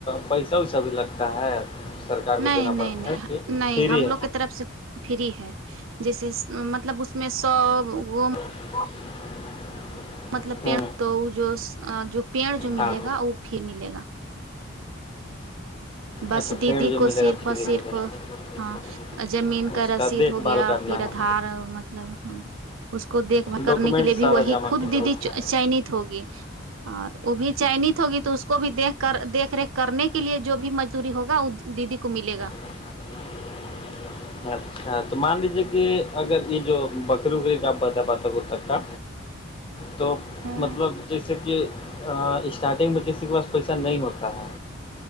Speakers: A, on the left (about 25°); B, on the right (about 75°).
A: پیسہ ویسا بھی لگتا ہے سرکار کو
B: نہیں
A: دینا
B: نہیں
A: پڑتا
B: نہیں
A: ہے کہ
B: نہیں
A: فری
B: ہم
A: ہے
B: لوگ کی طرف سے فری ہے جیسے مطلب اس میں سو وہ
A: <unintelligible>
B: مطلب پڑ
A: ہ
B: تو وہ جو جو پیڑ جو
A: ہاں
B: ملے گا وہ پ ملے گا بس
A: اچھا
B: دیدی
A: پیڑ جو
B: کو
A: ملے
B: صرف
A: گا فری
B: اور صرف
A: میں ملے گا
B: ہاں زمین کا
A: اس
B: رسید
A: دیکھ
B: ہو
A: بھال
B: گیا
A: کرنا
B: پھر
A: ہے
B: دار م <unintelligible> <inaudible> مطلب ہاں اس کو دیکھ بھال کرنے
A: ڈاکومنٹ
B: کے لیے
A: سارا
B: بھی وہی
A: جمع
B: خود
A: کرنا
B: دیدی
A: ہے
B: چینت ہوگی اور وہ بھی چائنیز ہوگی تو اس کو بھی دیکھ کر دیکھ ریکھ کرنے کے لیے جو بھی م ہوگا وہ دیدی کو ملے گا
A: <unintelligible> اچھا تو مان لیجیے کہ اگر یہ جو بکری وکری کا آپ بت ب ت کو تک کا تو
B: ہاں
A: مطلب جیسے کہ اسٹارٹنگ میں کسی کے پاس پیسہ نہیں ہوتا ہے